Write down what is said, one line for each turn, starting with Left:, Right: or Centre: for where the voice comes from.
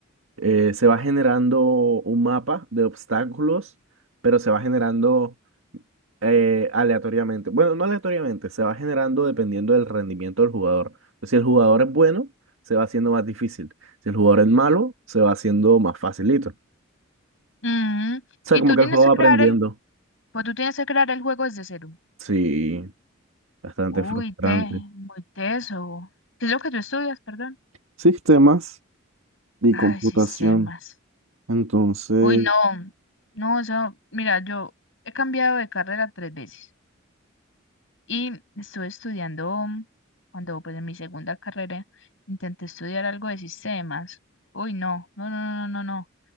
Right: eh, se va generando un mapa de obstáculos, pero se va generando eh, aleatoriamente. Bueno, no aleatoriamente, se va generando dependiendo del rendimiento del jugador. Si el jugador es bueno, se va haciendo más difícil. Si el jugador es malo, se va haciendo más facilito. O
Left: Ujú.
Right: sea,
Left: Y
Right: como
Left: tú
Right: que
Left: tienes
Right: el juego
Left: que
Right: va
Left: crear
Right: aprendiendo.
Left: el, pues tú tienes que crear el juego desde cero.
Right: Sí. Bastante
Left: Uy,
Right: frustrante.
Left: te, muy teso. ¿Qué es lo que tú estudias, perdón?
Right: Sistemas y
Left: Ay,
Right: computación.
Left: sistemas.
Right: Entonces,
Left: Uy, no, no, eso, mira, yo he cambiado de carrera tres veces y estuve estudiando, mm, cuando pues en mi segunda carrera intenté estudiar algo de sistemas. Uy, no, no, no, no, no, no, no.